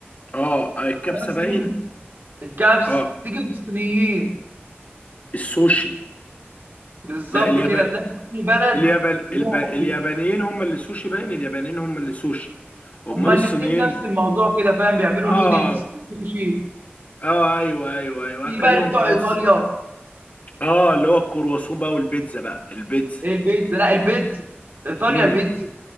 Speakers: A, on the left; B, on the right.
A: اه الكبسه
B: بس
A: باين
B: مني الكبس
A: اه
B: تيجي للصينيين
A: السوشي
B: بالظبط
A: لا اليابان
B: كده تلاقي كل بلد
A: اليابان
B: ليها
A: الب... اليابانيين
B: أكل
A: هم اللي سوشي باين اليابانيين هم اللي سوشي امال
B: هما الاتنين
A: الصينيين
B: نفس الموضوع كده فاهم بيعملوا
A: اه
B: نودلز وكل شيء
A: اه ايوه ايوه ايوه
B: تيجي
A: اكلهم
B: بقى لبتوع
A: تحس
B: إيطاليا
A: اه اللي هو الكرواسون بقى والبيتزا بقى البيتزا
B: البيتزا لا البيتزا ايطاليا
A: امم
B: البيتزا